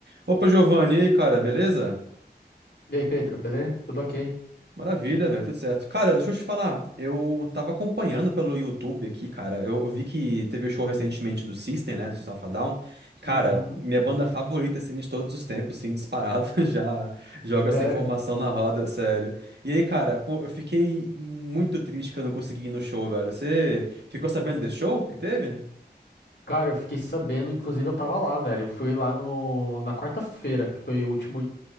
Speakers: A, on the right; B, on the left.
A: Opa, Giovanni, e aí, cara, beleza?
B: E aí, Pedro, beleza? Tudo ok?
A: Maravilha, velho, tudo certo. Cara, deixa eu te falar, eu tava acompanhando pelo YouTube aqui, cara. Eu, eu vi que teve o show recentemente do System, né, do System of a Down. Cara,
B: Uhum.
A: minha banda favorita, assim, de todos os tempos, assim, disparado, <laughs> já joga essa
B: Sério?
A: informação na roda, sério. E aí, cara, pô, eu fiquei muito triste que eu não consegui ir no show, velho. Você ficou sabendo desse show que teve?
B: Cara, eu fiquei sabendo, inclusive eu tava lá, velho. Eu fui lá no, na quarta-feira, que foi o último